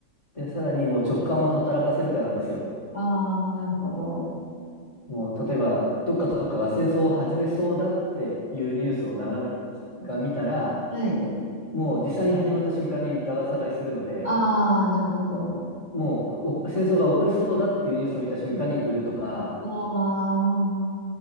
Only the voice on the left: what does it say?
で、さらにもう直感を働かせるかなんですよ。
もう、例えば、どっかとどっかが戦争を始めそうだっていうニュースを眺め、が見たら、
もう実際に始まった瞬間にだだ下がりするので、
もうお戦争が起こりそうだっていうニュースを見た瞬間に売るとか、